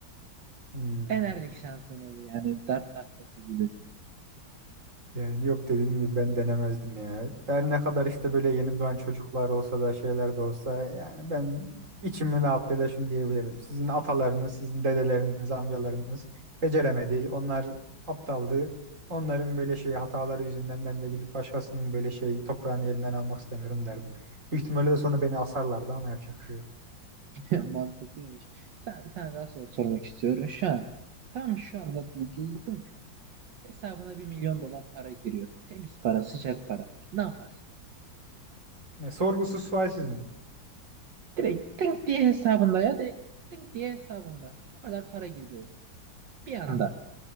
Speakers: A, on the right; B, on the right.
A: Hmm.
B: Denerdik şansımızı yani dert tahtası gibi.
A: Yani yok dediğim gibi ben denemezdim ya. Her ne kadar işte böyle yeni doğan çocuklar olsa da şeyler de olsa yani ben içimin rahatlığıyla şunu diyebilirim. Sizin atalarınız, sizin dedeleriniz, amcalarınız beceremedi. Onlar aptaldı. Onların böyle şey hataları yüzünden ben de gidip başkasının böyle şey toprağını elinden almak istemiyorum derdim. Büyük ihtimalle de sonra beni asarlardı ama yapacak bir şey yok.
B: <laughs> Mantıklıymış. Sana bir tane daha soru sormak istiyorum. Şu an tam şu anda buldun. Hesabına bir milyon dolar para giriyor. Temiz para, sıcak para. Ne yaparsın?
A: Yani sorgusuz sualsiz mi?
B: Direkt tink diye hesabında ya direkt tink diye hesabında. Bu kadar para girdi. Bir anda.